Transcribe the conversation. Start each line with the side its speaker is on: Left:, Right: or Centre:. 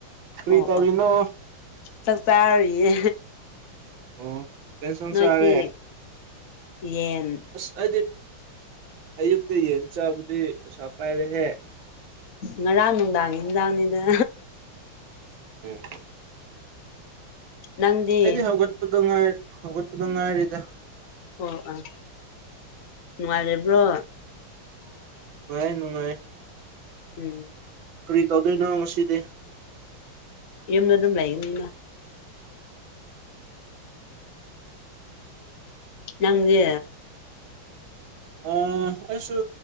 Right: ꯀꯔꯤ
Left: ꯑꯣ
Right: ꯇꯧꯔꯤꯅꯣ
Left: ꯑꯣ ꯆꯥꯛ ꯆꯥꯔꯤꯌꯦ
Right: ꯑꯣ ꯀꯩꯁꯪ
Left: ꯅꯣꯏꯗꯤ
Right: ꯆꯥꯔꯦ
Left: ꯌꯦꯟ
Right: ꯑꯁ ꯑꯩꯗꯤ ꯑꯌꯨꯛꯇ ꯌꯦꯟ ꯆꯥꯕꯗꯤ ꯄꯩꯁꯥ ꯄꯥꯏꯔꯦꯍꯦ
Left: ꯉꯔꯥꯡ ꯅꯨꯡꯗꯥꯡ ꯏꯟꯁꯥꯡ ꯅꯤꯗ
Right: ꯎꯝ
Left: ꯅꯪꯗꯤ
Right: ꯑꯩꯗꯤ ꯍꯧ ꯍꯧꯒꯠꯄꯗ ꯉꯥꯏꯔꯤ ꯍꯧꯒꯠꯄꯗ ꯉꯥꯏꯔꯤꯗ
Left: ꯑꯣ ꯑꯥ ꯅꯨꯡꯉꯥꯏꯔꯤꯕ꯭ꯔꯣ
Right: ꯅꯨꯡꯉꯥꯏꯌ‌ꯦ ꯅꯨꯡꯉꯥꯏꯔꯤ
Left: ꯎꯝ
Right: ꯀꯔꯤ ꯇꯧꯗꯣꯏꯅꯣ ꯉꯁꯤꯗꯤ
Left: ꯌꯨꯝꯗ ꯑꯗꯨꯝ ꯂꯩꯒꯅꯤꯅ ꯅꯪꯗꯤ
Right: ꯑ ꯑꯩꯁꯨ